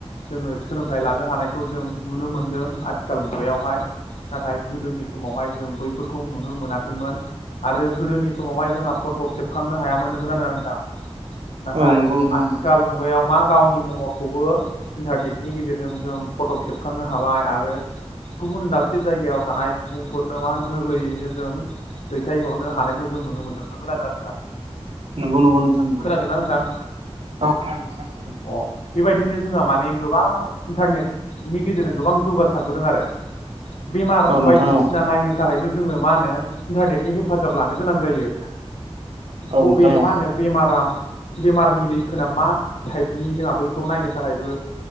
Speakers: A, on the left; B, on the right.
A: जोङो सोलोंथाइ लानो हानायखौ जों नुनो मोनदों आथिखाल मुगायावहाय नाथाय गोदोनि समावहाय जों बैफोरखौ नुनो मोनाखैमोन आरो गोदोनि समावहाय जोंहा फट' खेबखांनो हायामोन नोंगोना नङा नोंथां नाथाय
B: औ नंगौ नोंथां
A: आथिखाल
B: नंगौ
A: मुगायाव मा गावनि महरखौबो इन्टारनेटनि गेजेरजों जों फट' खेबखांनो हाबाय आरो गुबुन दाबसे जायगायाव थानाय सुबुंफोरनो मा गोरलैयैनो जों दैथायहरनो हानायखौ जों नुनो मोनदों नोंगौना नंङा नोंथां
B: नंगौ नंगौ नोंथां नंगौ
A: खोनादोंना नोंथां
B: औ खोनादों नोंथां खोनादों
A: अ बेबायदिनो जोंहा माने गोबां इन्टारनेटनि गेजेरजों गोबां जौगासारबोदों आरो बेमार
B: औ
A: बायदिसिना
B: नोंथां औ
A: नायनो थाखायबो जोङो मा होनो इन्टारनेटनि हेफाजाब लानो गोनां जायो
B: औ
A: बबे
B: नोंथां औ
A: मा होनो बेमारा बेमारनि लैखोना मा थाइब बिनि जोंहा बैखौ नायनो थाखायबो